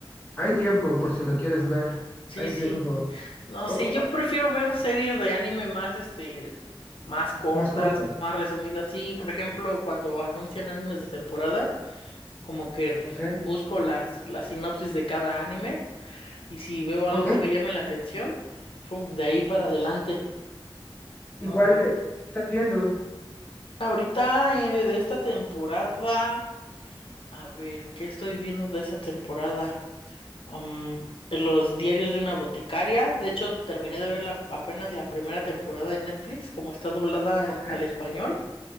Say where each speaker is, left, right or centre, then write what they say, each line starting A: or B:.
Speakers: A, on the left; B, on the left.
A: hay tiempo por si lo quieres ver,
B: Sí,
A: hay
B: sí.
A: tiempo.
B: No,
A: O-
B: sí,
A: o-
B: yo prefiero ver series de anime más, este, más cortas,
A: más corto.
B: más resumidas. Sí, por ejemplo, cuando anuncian animes de temporada, como que
A: Ok.
B: busco las, las sinopsis de cada anime y si veo algo
A: Ok.
B: que me llame la atención, pum, de ahí para adelante.
A: ¿Y
B: Ujú.
A: cuál eh, estás viendo?
B: Ahorita, eh, de esta temporada, a ver, ¿qué estoy viendo de esta temporada? um, Los diarios de una boticaria. De hecho, terminé de ver la- apenas la primera temporada en Netflix, como está doblada
A: Ok.
B: al español.